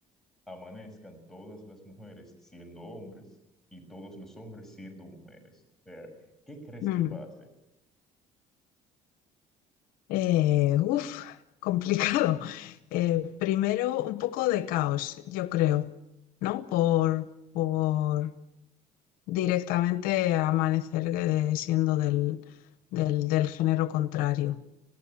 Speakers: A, in the centre; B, on the left.
A: amanezcan todas las mujeres siendo hombres y todos los hombres siendo mujeres. O sea, ¿qué crees
B: mm.
A: que pase?
B: Eh, uf, <laughs> complicado. Eh, primero, un poco de caos, yo creo, ¿no? Por, por directamente amanecer eh, siendo del, del, del género contrario.